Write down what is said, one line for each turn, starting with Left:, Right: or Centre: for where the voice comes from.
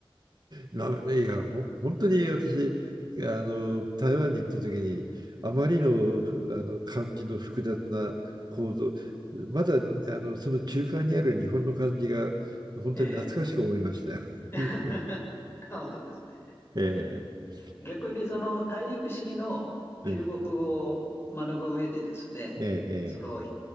Right: ないや、ほ、本当に私、あの、台湾に行った時に、あまりの、ふあの漢字の複雑な構造、まだあのその中間にある日本の漢字が本当に懐かしく思いましたよ。
Left: <laughs> ええ。<laughs>
Right: <laughs>
Left: 本当ですね。
Right: ええ、
Left: 逆にその大陸式の中国語を学ぶ上でですね、
Right: ええ、ええ、
Left: そのい